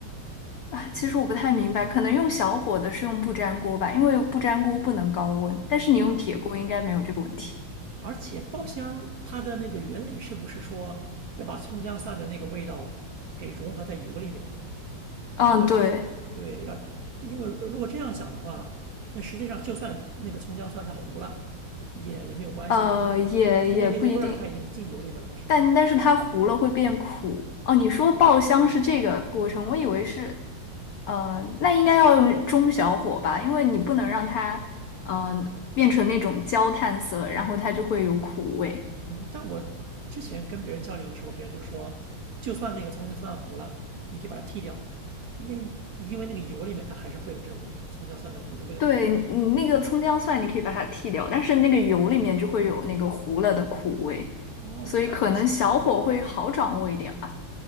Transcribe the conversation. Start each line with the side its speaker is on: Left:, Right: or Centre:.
Left: 啊，其实我不太明白，可能用小火的是用不粘锅吧，因为不粘锅不能高温，但是你用铁锅应该没有这个问题。
Right: 哦，而且爆香它的那个原理是不是说要把葱姜蒜的那个味道给融合在油里面，然后
Left: 嗯，对，
Right: 对，让因为如果这样想的话，那实际上就算那个葱姜蒜它糊了，也也没有关系，
Left: 呃，
Right: 因因因为那个味儿它已经进油里面了嘛，
Left: 也也不一定，
Right: 是吗？
Left: 但但是它糊了会变苦。哦，你说爆香是这个过程，我以为是，呃，那应该要用中小火吧，因为你不能让它，嗯、变成那种焦炭色，然后它就会有苦味。
Right: 但我之前跟别人交流的时候，别人就说，就算那个葱姜蒜糊了，你可以把它剔掉，那因为那个油里面它还是会有这种葱姜蒜的味的味道的。
Left: 对你那个葱姜蒜，你可以把它剔掉，但是那个油里面就会有那个糊了的苦味，
Right: 哦，
Left: 所以可能小火会好掌握一点吧。
Right: 原来如此。